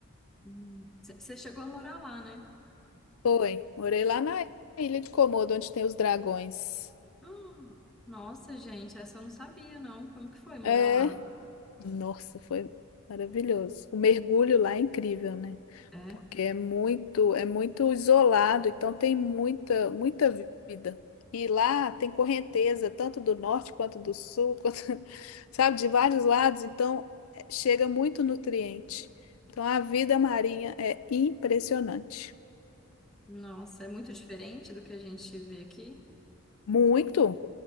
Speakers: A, in the centre; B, on the left.
A: Hum. Você chegou a morar lá, né? <gasps>
B: Foi. Morei lá na ilha de Komodo, onde tem os dragões.
A: Ah, nossa, gente, essa eu não sabia, não. Como que foi morar
B: É,
A: lá?
B: nossa, foi maravilhoso. O mergulho lá é incrível, né?
A: É?
B: Porque é muito, é muito isolado, então tem muita, muita vida. E lá tem correnteza, tanto do norte quanto do sul, <laughs> quanto, sabe, de vários lados, então eh, chega muito nutriente. Então a vida marinha é impressionante.
A: Nossa, é muito diferente do que a gente vê aqui?
B: Muito.